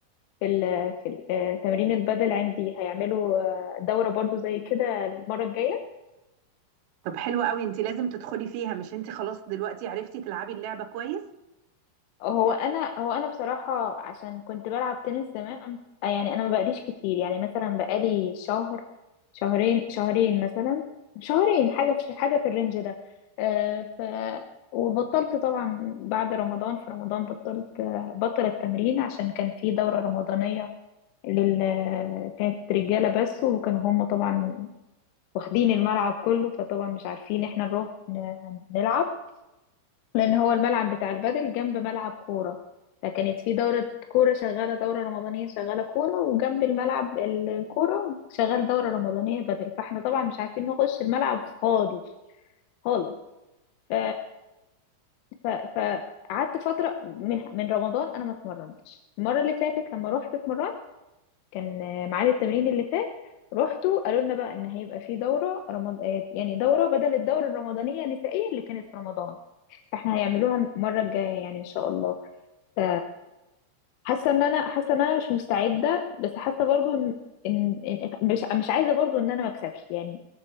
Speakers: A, on the left (about 80°); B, on the right (about 80°).
A: في ال في ال- آه، تمرين البدل عندي هيعملوا آه، دوره برضو زي كده المره الجايه
B: طب حلو قوي انت لازم تدخلي فيها مش انت خلاص دلوقتي عرفتي تلعبي اللعبه كويس
A: هو انا هو انا بصراحه عشان كنت بلعب تنس زمان أم- آه، يعني انا ما بقاليش كتير يعني مثلا بقالي شهر شهرين شهرين مثلا شهرين حاجه في حاجه في الرينج ده آه ف وبطلت طبعا بعد رمضان في رمضان بطلت آه، بطل التمرين عشان كان في دوره رمضانيه لل كانت رجاله بس وكانوا هم طبعا واخدين الملعب كله فطبعا مش عارفين احنا نروح ن- نلعب لان هو الملعب بتاع البادل جنب ملعب كوره فكانت في دوره كوره شغاله دوره رمضانيه شغاله كوره وجنب الملعب ال- الكوره شغال دوره رمضانيه بادل فاحنا طبعا مش عارفين نخش الملعب خالص خالص ف ف فقعدت فتره من من رمضان انا ما اتمرنتش المره اللي فاتت لما رحت اتمرنت كان ميعاد التمرين اللي فات رحتوا قالوا لنا بقى ان هيبقى في دوره رمض... آه، يعني دوره بدل الدوره الرمضانيه النسائيه اللي كانت في رمضان فاحنا هيعملوها المره الجايه يعني ان شاء الله ف- حاسه ان انا حاسه ان انا مش مستعده بس حاسه برضو ان ان إن- مش مش عايزه برضو ان انا ما اكسبش يعني